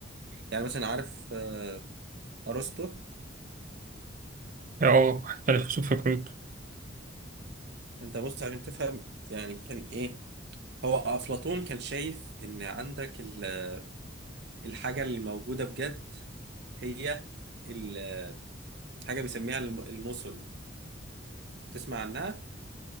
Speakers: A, on the right; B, on the right.
A: يعني مثلا عارف آه، ارسطو
B: اه الخسوف في الخيوط
A: انت بص عشان تفهم يعني كان ايه هو افلاطون كان شايف ان عندك ال- الحاجه اللي موجوده بجد هي ال- حاجه بيسميها الم- المثل تسمع عنها